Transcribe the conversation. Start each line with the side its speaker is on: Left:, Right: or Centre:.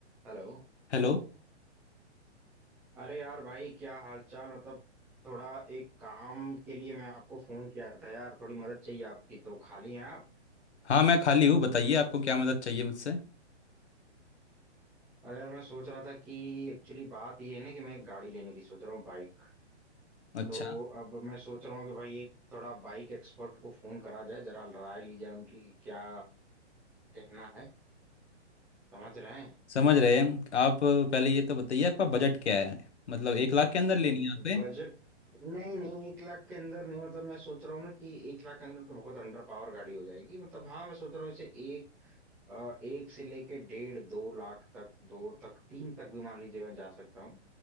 Centre: Hello
Left: हेलो
Centre: अरे यार भाई क्या हालचाल मतलब थोड़ा एक काम के लिए मैं आपको फोन किया था यार थोड़ी मदद चाहिए आपकी तो खाली हैं आप
Left: हाँ मैं खाली हूँ बताइए आपको क्या मदद चाहिए मुझसे
Centre: अरे यार मैं सोच रहा था कि एक्चुअली बात ये है ना कि मैं एक गाड़ी लेने की सोच रहा हूँ बाइक
Left: अच्छा
Centre: तो अब मैं सोच रहा हूँ कि भाई एक थोड़ा बाइक एक्सपर्ट को फोन करा जाए जरा राय ली जाए उनकी कि क्या कहना है समझ रहे हैं
Left: समझ रहे हैं आप पहले ये तो बताइए आपका बजट क्या है मतलब एक लाख के अंदर लेनी है यहाँ पे
Centre: बजट नहीं नहीं एक लाख के अंदर नहीं मतलब मैं सोच रहा हूँ ना कि एक लाख के अंदर तो बहुत अंडर पावर गाड़ी हो जाएगी मतलब हाँ मैं सोच रहा हूँ इसे एक अ, एक से लेके डेढ़ दो लाख तक दो तक तीन तक भी मान लीजिए मैं जा सकता हूँ